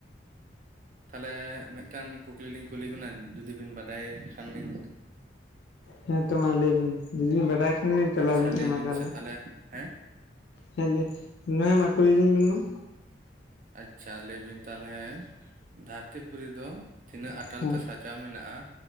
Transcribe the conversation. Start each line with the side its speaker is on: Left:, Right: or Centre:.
Right: ᱛᱟᱦᱚᱞᱮ ᱢᱤᱫᱴᱟᱱ ᱠᱩᱠᱞᱤ ᱞᱤᱧ ᱠᱩᱞᱤ ᱵᱤᱱᱟ ᱡᱩᱫᱤ ᱵᱤᱱ ᱵᱟᱰᱟᱭ ᱠᱷᱟᱱ ᱵᱤᱱ
Left: ᱦᱮᱸ ᱛᱚ ᱢᱟ ᱞᱟᱹᱭ ᱵᱤᱱ, ᱡᱩᱫᱤᱱ ᱵᱟᱰᱟᱭ ᱠᱷᱟᱱ ᱞᱤᱧ ᱛᱮᱞᱟ
Right: ᱟᱪᱪᱷᱟ
Left: ᱞᱤᱧ
Right: ᱞᱟᱹᱭ
Left: ᱮᱢᱟ
Right: ᱵᱤᱱ
Left: ᱛᱟᱦᱚᱞᱮ
Right: ᱥᱮ ᱦᱮᱸ
Left: ᱦᱮᱸ ᱫᱤ ᱱᱚᱣᱟ ᱢᱟ ᱠᱩᱞᱤᱞᱤᱧ ᱵᱮᱱ ᱢᱟ
Right: ᱟᱪᱪᱷᱟ ᱞᱟᱹᱭ ᱵᱤᱱ ᱛᱟᱦᱚᱞᱮ ᱫᱷᱟᱹᱨᱛᱤ ᱯᱩᱨᱤ ᱫᱚ ᱛᱤᱱᱟᱹᱜ ᱟᱴᱟᱞ
Left: ᱦᱮᱸ
Right: ᱛᱮ ᱥᱟ ᱡᱟᱣ ᱢᱮᱱᱟᱜ-ᱟ᱾